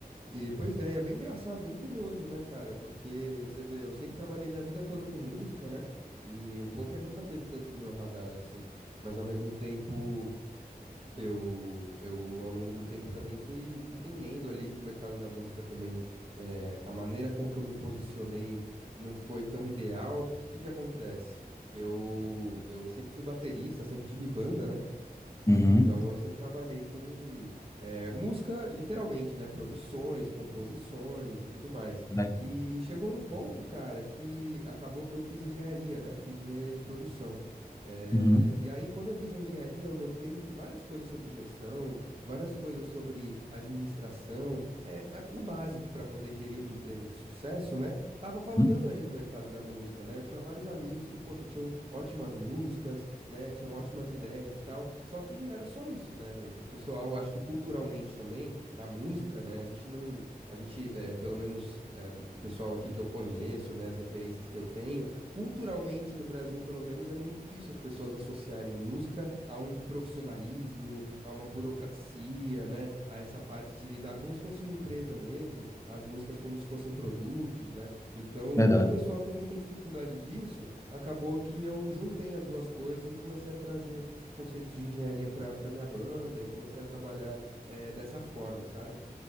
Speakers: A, on the right (about 35°); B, on the left (about 20°).
A: E, pois é, e é bem engraçado, bem curioso, né, cara? Porque você vê, eu sempre trabalhei minha vida toda com música, né? E o poker nunca teve tanto no meu radar assim. Mas ao mesmo tempo. Eu, eu, ao longo do tempo, também fui entendendo ali que o mercado da música também, eh, a maneira com que eu me posicionei não foi tão ideal, porque o que que acontece? Eu, eu sempre fui baterista, sempre tive banda, né?
B: Uhum.
A: Então eu sempre trabalhei com eh, música, literalmente, né? Produções, composições e tudo mais.
B: Verdade.
A: E chegou num ponto, cara, que acabou que eu fiz engenharia, né? Fiz engenharia de produção. Eh,
B: Uhum.
A: e aí, quando eu fiz a engenharia, eu notei que várias coisas sobre gestão, várias coisas sobre administração, eh, a- o básico para poder gerir uma empresa de sucesso, né? Tava faltando
B: Uhum.
A: ali no mercado da música, né? Eu tinha vários amigos que, poxa, tinham ótimas músicas né? Tinham ótimas ideias e tal. Só que era só isso, né? O pessoal, acho que culturalmente também, na música, né? A gente não, a gente, eh, pelo menos eh, do pessoal aqui que eu conheço, né? As referências que eu tenho, culturalmente no Brasil, pelo menos, é meio difícil as pessoas associarem música a um profissionalismo, a uma burocracia, né? A essa parte de lidar como se fosse uma empresa mesmo, as músicas como se fossem produtos, né? Então,
B: Verdade.
A: como o pessoal tem muita dificuldade disso, acabou que eu juntei as duas coisas e comecei a trazer os conceitos de engenharia para para minha banda e comecei a trabalhar eh, dessa forma, sabe?